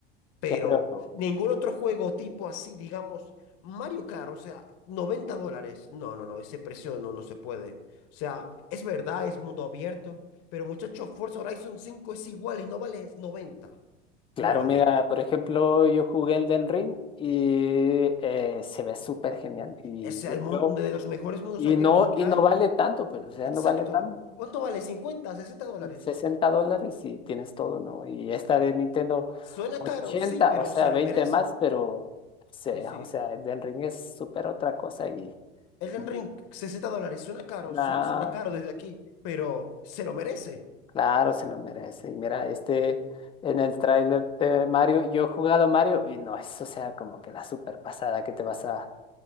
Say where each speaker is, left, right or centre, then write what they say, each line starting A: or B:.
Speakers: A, on the left; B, on the left.
A: Pero
B: Ya, pero
A: ningún otro juego tipo así, digamos, Mario Kart, o sea, 90 dólares. No, no, no, ese precio no, no se puede. O sea, es verdad, es mundo abierto, pero muchachos, Forza Horizon cinco es igual y no vale noventa
B: claro,
A: No vale.
B: mira, por ejemplo, yo jugué el Elden Ring y eh, se ve súper genial. Y
A: O sea,
B: yo
A: el
B: creo,
A: mundo de los mejores mundos
B: y
A: abiertos
B: no,
A: que
B: y
A: hay.
B: no vale tanto, pues, o sea,
A: Exacto.
B: no vale tanto.
A: ¿Cuánto vale? cincuenta sesenta dólares?
B: sesenta dólares y tienes todo, ¿no? Y esta de Nintendo,
A: Suena
B: ochenta
A: caro, sí, pero
B: o sea,
A: se
B: 20
A: lo merece.
B: más, pero, se-
A: Sí, sí.
B: o sea, el del ring es súper otra cosa y,
A: Elden
B: y
A: Ring, 60 dólares. Suena caro,
B: la-
A: sí, suena caro desde aquí, pero se lo merece.
B: claro, se lo merece. Y mira, este, en el tráiler de Mario, yo he jugado Mario y no es, o sea, como que la super pasada que te vas a,